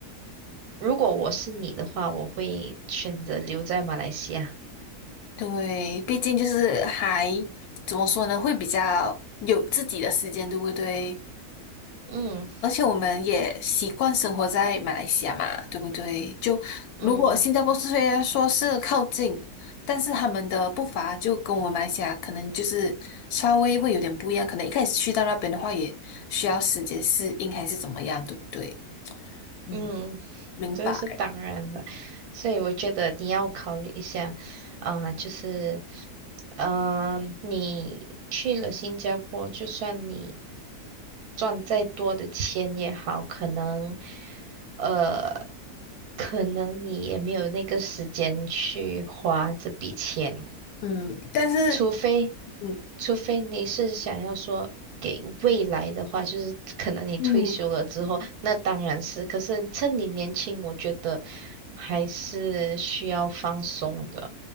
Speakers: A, on the right (about 80°); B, on the left (about 80°).
A: 如果我是你的话，我会选择留在马来西亚。
B: 对，毕竟就是还怎么说呢，会比较有自己的时间，对不对？
A: 嗯
B: 而且我们也习惯生活在马来西亚嘛，对不对？就如果新加坡虽然说是靠近，
A: 嗯
B: 但是他们的步伐就跟我们马来西亚可能就是稍微会有点不一样，可能一开始去到那边的话，也需要时间适应还是怎么样，对不对？嗯，
A: 嗯，
B: 明白。
A: 这个是当然的，所以我觉得你要考虑一下，啊、就是，呃，你去了新加坡，就算你赚再多的钱也好，可能，呃，可能你也没有那个时间去花这笔钱。
B: 嗯，但是
A: 除非
B: 嗯
A: 除非你是想要说给未来的话，就是可能你退休了之后，
B: 嗯
A: 那当然是。可是趁你年轻，我觉得还是需要放松的，